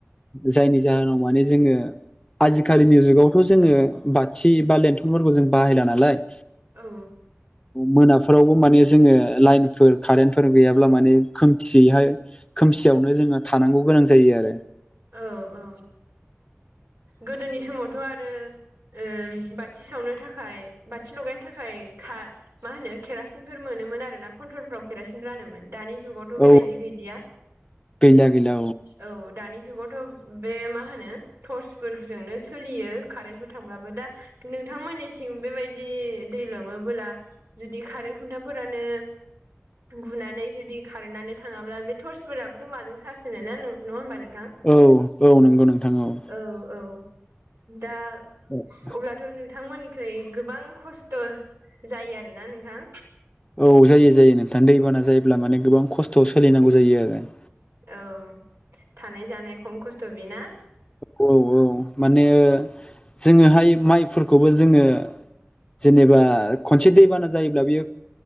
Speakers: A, on the left (about 20°); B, on the right (about 80°).
A: जायनि जाहोनाव माने जोङो आजिखालिनि जुगावथ' जोङो बाथि बा लेन्थनफोरखौ जों बाहायला नालाय
B: औ
A: मोनाफोरावबो माने जोङो लाइनफोर कारेन्टफोर गैयाब्ला माने खोमथियैहाय खोमसियावनो जोङो थानांगौ गोनां जायो आरो
B: औ-औ गोदोनि समावथ' आरो ओ बाथि सावनो थाखाय बाथि लगायनो थाखाय खा मा होनो केरासिनफोर मोनोमोन आरो ना कन्ट्रलफ्राव केरासिन रानोमोन दानि जुगाव था बेबायदि
A: औ
B: गैलिया
A: गैला गैला
B: औ दानि जु जुगावथ' बे मा होनो टर्सफोरजोंनो सोलियो कारेन्टफोर थांब्लाबो दा नोंथांमोननिथिं बेबायदि दै लोमोबोला जुदि खारेन खुन्थाफोरानो गुनानै जुदि कारेन्टनानो थाङाब्ला बे टर्सफोराबोथ' माजों चार्ज होनो ना नङा होमबा नोंथां
A: औ-औ नंगौ नोंथां औ
B: औ-औ दा
A: औ
B: अब्लाथ' नोंथांमोननिखौ जेरै गोबां खस्थ' जायो आरोना नोंथां
A: औ जायो जायो नोंथां दैबाना जायोब्ला माने गोबां खस्थ'आव सोलिनांगौ जायो आरो
B: औ थानाय जानाय खम खस्थ' बेना
A: औ औ माने जोङोहाय माइफोरखौबो जोङो जेनेबा खनसे दैबाना जायोब्ला बियो